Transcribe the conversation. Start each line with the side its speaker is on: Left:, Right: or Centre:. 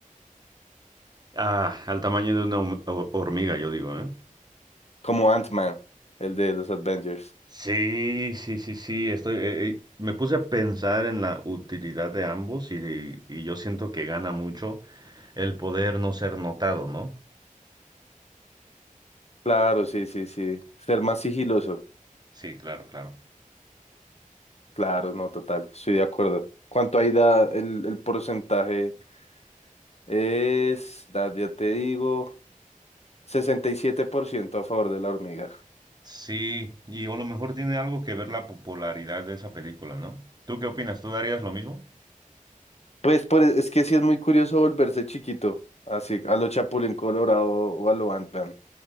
Right: Ah, al tamaño de una hum- ho- hormiga, yo digo, ¿eh?
Left: Como Ant-Man, el de los Avengers.
Right: Sí, sí, sí, sí. Estoy, eh, eh, me puse a pensar en la utilidad de ambos y, y yo siento que gana mucho el poder no ser notado, ¿no?
Left: Claro, sí, sí, sí. Ser más sigiloso.
Right: Sí, claro, claro.
Left: Claro, no, total. Estoy de acuerdo. ¿Cuánto ahí da el, el porcentaje? Es, da- ya te digo, 67% a favor de la hormiga.
Right: Sí, y a lo mejor tiene algo que ver la popularidad de esa película, ¿no? ¿Tú qué opinas? ¿Tú darías lo mismo?
Left: Pues, por- es que sí es muy curioso volverse chiquito, así, a lo Chapulín Colorado o a lo Ant-Man.